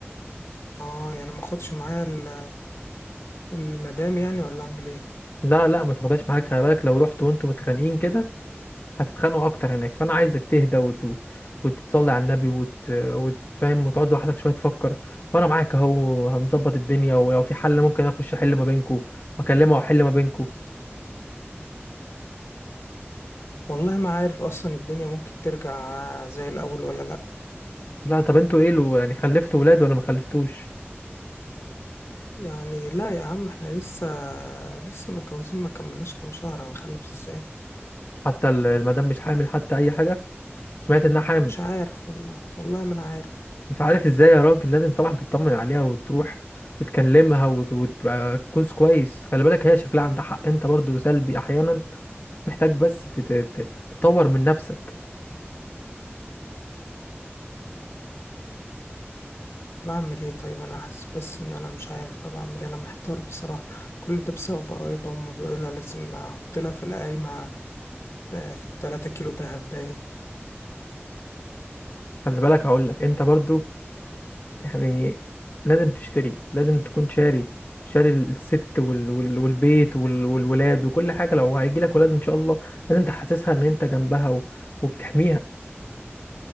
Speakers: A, on the left (about 80°); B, on the left (about 50°).
A: اه يعني ما اخدش معايا ال- المدام يعني ولا اعمل ايه
B: لا لا ما تاخدهاش معاك خلي بالك لو رحت وانتوا متخانقين كده هتتخانقوا أكتر هناك فأنا عايزك تهدى وت... وتتصلي على النبي وت... وتفهم وتقعد لوحدك شوية تفكر وأنا معاك أهو هنظبط الدنيا ولو في حل ممكن أخش أحل ما بينكوا وأكلمها وأحل ما بينكوا
A: والله ما عارف اصلا الدنيا ممكن ترجع زي الاول ولا لا
B: لا طب انتوا ايه لو يعني خلفتوا ولاد ولا ما خلفتوش
A: يعني لا يا عم احنا لسه لسه متجوزين ما كملناش كام شهر هنخلف ازاي
B: حتى ال- المدام مش حامل حتى أي حاجة سمعت إنها حامل
A: مش عارف والله والله ما انا عارف
B: انت عارف ازاي يا راجل لازم طبعا تطمن عليها وتروح وتكلمها وت- وتبقى كوز كويس خلي بالك هي شكلها عندها حق انت برضو سلبي احيانا محتاج بس تت- تت- تطور من نفسك
A: طب اعمل ايه طيب انا حاسس بس ان انا مش عارف طب اعمل ايه انا محتار بصراحه كل ده بسبب قرايبها هم بيقولوا لها لازم احط لها في القايمه ده 3 كيلو دهب باين
B: خلي بالك هقول لك انت برضو يعني لازم تشتري لازم تكون شاري شاري الست وال... وال... والبيت وال... والولاد وكل حاجة لو هيجي لك ولاد ان شاء الله لازم تحسسها ان انت جنبها و... وبتحميها